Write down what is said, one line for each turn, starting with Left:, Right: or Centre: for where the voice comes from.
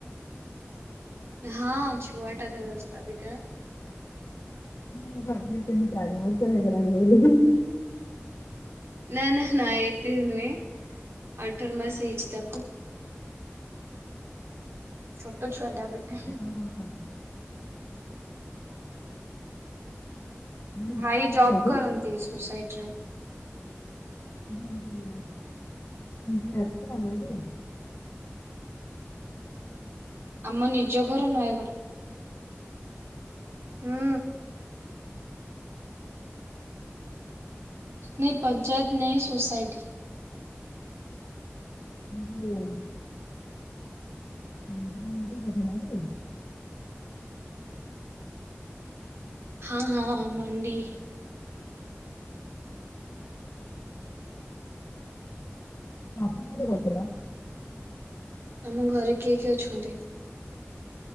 Right: ହଁ ଛୁଆଟା ତ ଜଷ୍ଟ ଅବିକା।
Left: ମୁଁ ଭାବି ତିନି ଚାରି ବର୍ଷ ହେଇଗଲାଣି ବୋଲି।
Right: ନା ନା ନାଁ ଏତେନୁହଁ ଅଠର ମାସ ହେଇଛିି ତାକୁ। ଛୋଟ ଛୁଆଟା ଅବିକା।
Left: ଉଁ ହୁଁ। ତମ ନିଜ
Right: ଭାଇ
Left: ଘର
Right: ଜବ୍
Left: କୋଉଠି?
Right: କରନ୍ତି ସୋସାଇଟି ରେ।
Left: <unintelligible>
Right: ଆମ ନିଜ ଘର ନୟାଗଡ ହୁଁ। ନାଇଁ ପଞ୍ଚାୟତ ନାଇଁ ସୋସାଇଟି।
Left: <inaudible> <unintelligible>
Right: ହଁ ହଁଁ ମଣ୍ଡି।
Left: ଅତି ଭଦ୍ର।
Right: ତମ ଘରେ କିଏ କିଏ ଅଛନ୍ତି?